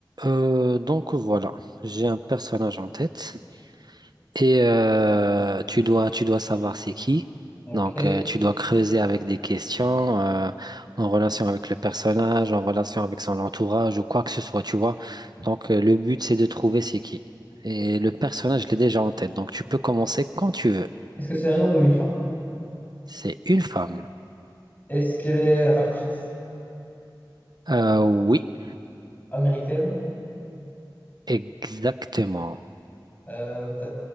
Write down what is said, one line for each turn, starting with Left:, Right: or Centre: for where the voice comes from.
Right: Euh, donc voilà, j'ai un personnage en tête et euh, tu dois, tu dois savoir c'est qui.
Left: Ok.
Right: Donc
Left: Est-ce
Right: euh, tu dois creuser avec des questions euh, en relation avec le personnage, en relation avec son entourage ou quoi que ce soit, tu vois. Donc euh, le but c'est de trouver c'est qui. Et le personnage, je l'ai déjà en tête, donc tu peux commencer quand tu veux.
Left: que c'est un homme ou une femme?
Right: C'est une femme.
Left: Est-ce qu'elle est actrice
Right: Euh, oui,
Left: américaine?
Right: exactement.
Left: Euh, ta-